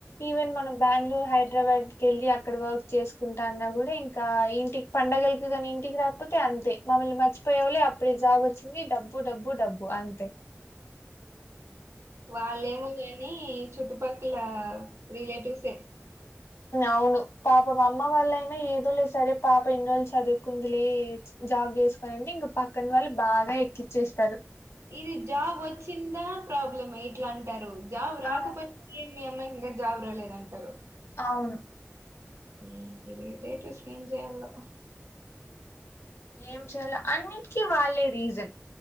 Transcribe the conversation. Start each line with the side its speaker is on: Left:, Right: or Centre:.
Left: ఈవెన్ మనం బెంగళూరు హైదరాబాదికి వెళ్ళి అక్కడ వర్క్ చేసుకుంటా అన్నా కూడా ఇంకా ఇంటికి పండగలికి కాని ఇంటికి రాకపోతే అంతే మమ్మల్ని మర్చిపోయావులే అప్పుడే జాబ్ వచ్చింది డబ్బు డబ్బు డబ్బు డబ్బు అంతే
Right: వాళ్లేమో గని నీ చుట్టుపక్కల రిలేటివ్సే
Left: అవును పాపం అమ్మ వాళ్ళయినా ఏదో లే సరే పాప ఇన్ని రోజులు చదువుకుంది లే జాబ్ చేసుకోనింటే ఇంకా పక్కన వాళ్ళు బాగా ఎక్కించేస్తారు
Right: ఇది జాబ్ వచ్చిందా ప్రాబ్లమ్ ఇట్ల అంటారు జాబ్ రాకపోయినా
Left: ఆ
Right: మీ అమ్మాయికి ఇంకా జాబ్ రాలేదా అంటారు
Left: అవును
Right: ఈ రిలేటివ్స్ ని ఏం చేయాలో
Left: ఏం చేయాలో అన్నిటికీ వాళ్ళే రీజన్